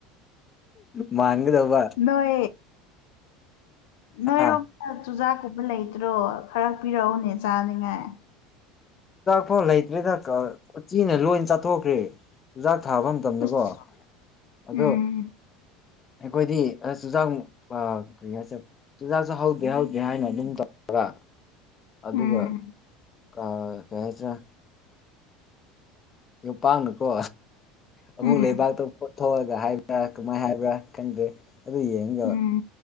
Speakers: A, on the left; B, on the left.
A: ꯃꯥꯡꯒꯗ ꯋꯥ
B: ꯅꯣꯏ ꯅꯣꯏꯔꯣꯝꯗ
A: ꯍꯥ
B: ꯆꯨꯖꯥꯛꯀꯨꯝꯕ ꯂꯩꯇ꯭ꯔꯣ ꯈꯔ ꯍꯥꯥꯛꯄꯤꯔꯛꯎꯅꯦ ꯆꯥꯅꯤꯡꯉꯥꯏ
A: ꯐꯥꯎ ꯂꯩꯇ꯭ꯔꯦꯗ ꯎꯆ ꯆꯤꯅ ꯂꯣꯏꯅ ꯆꯥꯊꯣꯛꯈ꯭ꯔꯦ ꯆꯨꯖꯥꯛ ꯊꯥꯕ ꯃꯇꯝꯗꯀꯣ
B: ꯑꯁ
A: ꯑꯣ
B: ꯎꯝ
A: ꯑꯩꯈꯣꯏꯗꯤ ꯑ ꯆꯨꯖꯥꯛ ꯀꯔꯤ ꯍꯥꯏꯁꯦ ꯆꯨꯖꯥꯛꯁꯦ ꯍꯧꯗꯦ ꯍꯧꯗꯦ ꯍꯥꯏꯅ ꯑꯗꯨꯝ ꯇꯧ ꯑꯗꯨꯒ
B: ꯎꯝ
A: ꯀꯩ ꯍꯥꯏꯁꯤ꯭ꯔꯥ ꯅꯨꯄꯥꯥꯡꯅꯀꯣ ꯑꯃꯨꯛ
B: ꯎꯝ
A: ꯂꯩꯕꯥꯛꯇꯣ ꯐꯣꯊꯣꯛꯑꯒ ꯍꯥꯏꯕ꯭ꯔꯥ ꯀꯃꯥꯏꯅ ꯍꯥꯏꯕ꯭ꯔꯥ ꯈꯪꯗ꯭ꯔꯦ ꯑꯗꯨ ꯌꯦꯡꯒ
B: ꯎꯝ